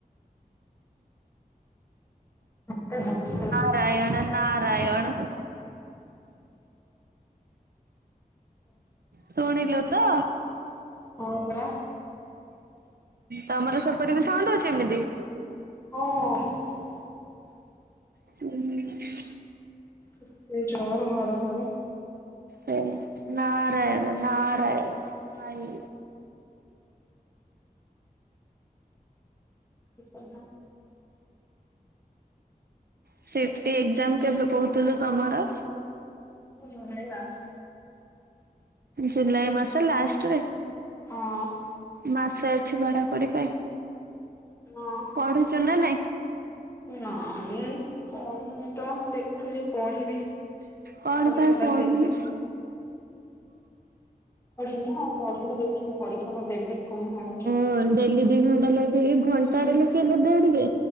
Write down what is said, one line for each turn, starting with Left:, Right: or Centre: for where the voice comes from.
Left: <unintelligible> ଜୋର୍ସେ
Right: <unintelligible> ନାରାୟଣ ଶୁଣିଲୁ ତ?
Left: ହଁ ପରା
Right: ତମର ସେପଟେ ବି ସାଉଣ୍ଡ ହଉଚି ଏମିତି?
Left: ହଁ।
Right: <unintelligible>
Left: କେତେ ଜୋର୍ ଘଡଘଡି।
Right: <unintelligible> ନାରାୟଣ-ନାରାୟଣ ଭାଇ।
Left: <unintelligible>
Right: ସିଟି ଏକ୍ଜାମ୍ କେବେ କହୁଥିଲୁ ତମର?
Left: July last.
Right: ଜୁଲାଇ ମାସ ଲାଷ୍ଟରେ?
Left: ହଁ।
Right: ମାସେ ଅଛି ପଢାପଢି ପାଇଁ।
Left: <unintelligible>
Right: ପଢୁଛୁ ନା ନାଇଁ
Left: ନାଇଁ ପଢିନି ତ ଦେଖୁଚି ପଢିବି।
Right: କଣ
Left: ପରୀକ୍ଷା
Right: ପାଇଁ
Left: ଟା
Right: ପଢୁନୁ?
Left: ଦେବି ପଢିନି ଆଉ ପଢିବି ଦେଖିବି ପରୀକ୍ଷା ଟା ଦେବି କଣ ହଉଚି।
Right: ହଁ ଡେଲି ଦି ଘଣ୍ଟା ଲେଖେ ଘଣ୍ଟାଟେ ଲଖେ ହେଲେ ଦେ ଟିକେ।